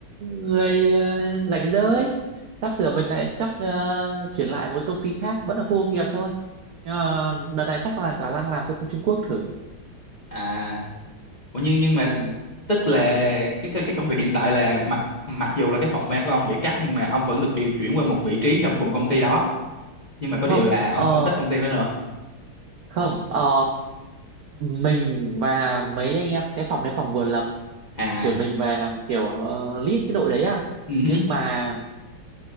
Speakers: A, on the right; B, on the left.
A: người ờ, rảnh rỗi sắp sửa mình lại chắc ờ, chuyển lại một công ty khác vẫn là khu công nghiệp thôi nhưng mà đợt này chắc là khả năng làm công ty Trung Quốc thử
B: à ủa nhưng nhưng
A: ừ.
B: mà tức là cái cái cái công việc hiện tại là mặc mặc dù là cái phòng ban của ông bị cắt nhưng mà ông vẫn được điều chuyển qua một vị trí trong cùng công ty đó nhưng mà có
A: không
B: điều là ông
A: ờ,
B: không thích công ty đó nữa
A: không ờ, mình và mấy anh em cái phòng này phòng vừa lập
B: à
A: tuyển mình về làm kiểu ờ, lead cái đội đấy à
B: ừ hứ,
A: nhưng mà